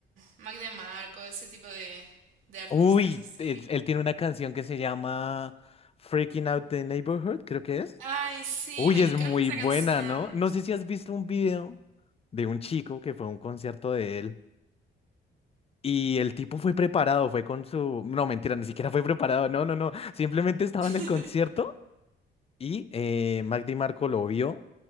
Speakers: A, on the right; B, on the left.
A: Mac DeMarco, ese tipo de, de artistas
B: Uy,
A: así.
B: él, él tiene una canción que se llama Freaking Out the Neighborhood, creo que es.
A: Ay, sí,
B: Uy,
A: me encanta
B: es muy
A: esa
B: buena,
A: canción.
B: ¿no? No sé si has visto un video de un chico que fue a un concierto de él y el tipo fue preparado, fue con su... No, mentira, ni siquiera fue preparado, no, no, no. Simplemente estaba
A: <laughs>
B: en el concierto y eh, Mac DiMarco lo vio,